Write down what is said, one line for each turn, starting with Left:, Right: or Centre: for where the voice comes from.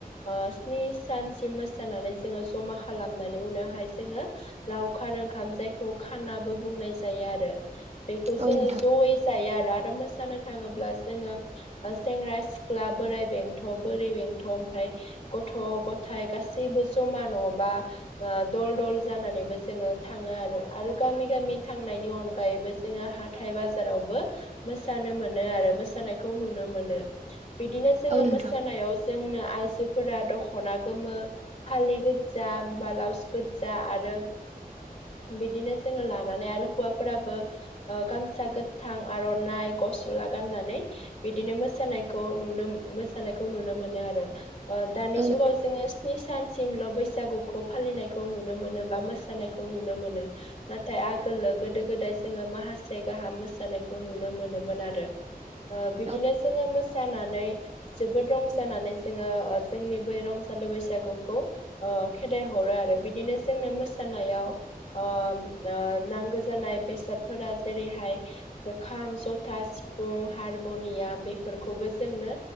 Left: ओ स्नि सानसिम मोसानानै जोङो जमा खालामनानै उनावहाय जोङो लावखार ओंखाम जायखौ खानाबो बुंनाय जायो आरो। बेखौ
Right: औ
Left: जोङो
Right: नोंथां
Left: जयै जायो आरो आरो मोसानो थाङोब्ला जोङो सेंग्रा सिख्ला बोराइ बेंथ' बोरै बेंथ' ओमफ्राय गथ' गथाइ गासैबो जमा नङाबा ओ दल दल जानानैबो जोङो थाङो आरो आरो गामि गामि थांनायनि अनगायैबो जोङो हाथाय बाजारावबो मोस सानो मोनो आरो मोसानायखौ नुनो मोनो बिदिनो जोङो
Right: औ नोंथां
Left: मोसानायाव जोंनो आइजोफोरा दख'ना गोमो फालि गोदजा बालाउस गोदजा आरो बिदिनो जोङो लानानै आरो हुवाफोराबो ओ गामसा गोथां आर'नाइ गसला गाननानै बिदिनो मोसानायखौ नुनो मोसानायखौ नुनो मोनो आरो। ओ दानि
Right: औ नोंथां औ
Left: जुगाव जोङो स्नि सानसिमल' बैसागुखौ फालिनायखौ नुनो मोनो बा मोसानायखौ नुनो मोनो। नाथाय आगोलो गोदो गोदाय जोङो माहासे गाहाम मोसानायखौ नुनो मोनोमोन। मोन आरो ओ
Right: नोंथां
Left: बिदिनो जोङो मोसानानै जोबोद रंजानानै जोङो ओ जोंनि बै रंजालु बैसागुखौ ओ खेदाइ हरो आरो बिदिनो जोंनो मोसानायाव ओम ओ नांगौ जानाय बेसादफोरा जेरैहाय खाम ज था सिफुं, हारम'नियाम बेफोरखौबो जोंनो